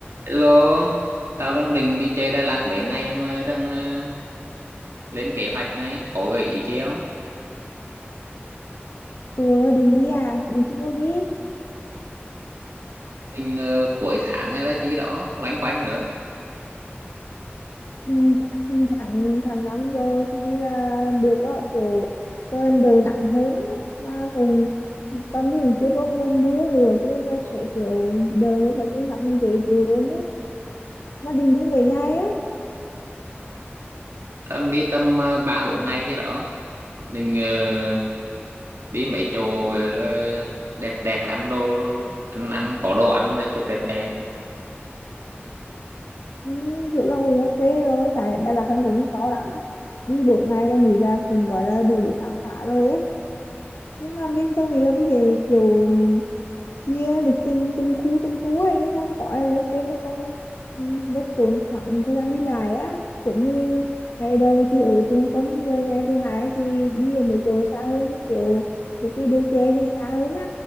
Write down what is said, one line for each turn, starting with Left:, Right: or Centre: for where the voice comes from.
Right: Hello, tao đang định đi chơi Đà Lạt
Left: Hello.
Right: mấy ngày mà đang ờ, lên kế hoạch này, có gợi ý chi không?
Left: Ủa định đi à? Định đi vô đi.
Right: Định ờ, cuối tháng hay là chi đó, loanh quanh nữa.
Left: Ừ, tháng, tháng, tháng năm rồi thì đi là được đó. Kiểu trời đỡ nặng hơn á. mà cũng tâm nhìn chưa có mùa mưa nữa cho nên là sẽ kiểu đỡ và chúng nặng hơn dễ chịu hơn đấy. Mà định đi mấy ngày ấy.
Right: Tao đang đi tầm ờ, ba bốn ngày chi đó, định ờ, đi mấy chỗ về là đẹp đẹp ăn đồ ăn ăn có đồ ăn rồi chụp đẹp đẹp.
Left: Ừ, kiểu là cũng ok rồi. Tại Đà Lạt hắn cũng to lắm á. Đi bốn ngày đâu nghĩ là cũng gọi là đủ để khám phá rồi ấy. Nhưng mà mình tôi nghĩ là mình phải kiểu chia lịch trình từng khu từng khu ấy chứ không có ai lên trên mất công ừ, mất tốn khoảng thời gian đi lại á kiểu như ngày đầu thì ở trung tâm rồi ngày thứ hai thì đi ở mấy chỗ xa hơn như kiểu mấy cái đôi chè cho xa hơn á